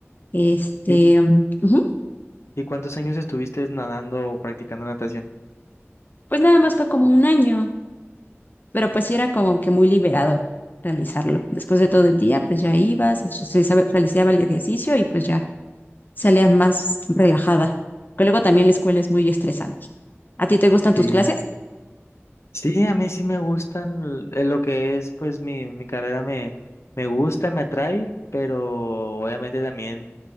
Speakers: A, on the left; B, on the left.
A: Este,
B: ¿Y,
A: mm, ujú.
B: y cuántos años estuviste nadando o practicando natación?
A: Pues nada más fue como un año Pero pues sí era como que muy liberador realizarlo. Después de todo el día, pues ya ibas, realizaba realizaba el ejercicio y pues ya salías más relajada. Pero luego también la escuela es muy estresante. ¿A ti te gustan tus
B: Sí,
A: clases?
B: sí, a mí sí me gustan l- eh, lo que es, pues mi, mi carrera me, me gusta, me atrae, pero obviamente también...